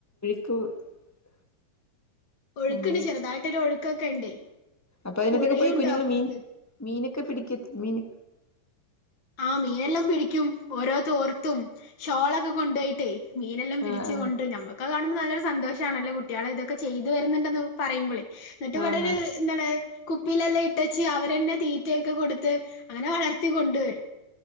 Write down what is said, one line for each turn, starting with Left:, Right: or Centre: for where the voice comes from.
Centre: <inaudible>
Left: ഒഴുക്ക്ണ്ട്
Centre: അങ്ങനെയെ
Left: ചെറുതായിട്ടൊരു ഒഴുക്കൊക്കെ ഇണ്ടേ
Centre: അപ്പൊ അതിനത്തേക്ക്
Left: പുഴയുണ്ട്
Centre: പോയി കുഞ്ഞുങ്ങൾ
Left: അപ്പുറത്ത്
Centre: മീൻ മീനെ ക്ക് പിടിക്കത്തില്ലേനു
Left: ആ മീനെല്ലാം പിടിക്കും ഓരോ തോർത്തും ഷോളൊക്കെ കൊണ്ടോയിട്ടേ മീനെല്ലാം പിടിച്ച്
Centre: ആഹ് ആഹ്
Left: കൊണ്ട് നമ്മുക്ക് കാണുമ്പോൾ നല്ലൊരു സന്തോഷമാണല്ലോ കുട്ടികൾ ഇതൊക്കെ ചെയ്ത് വരുന്നുണ്ടല്ലോ പറയുമ്പോളേ എന്നിട്ട് ഇവിടെയൊരു
Centre: ആന്നാ
Left: എന്താണ് കുപ്പിയിലെല്ലാം ഇട്ടെച്ച് അവരന്നെ തീറ്റയക്കെ കൊടുത്ത് അങ്ങനെ വളർത്തി കൊണ്ടുവരും.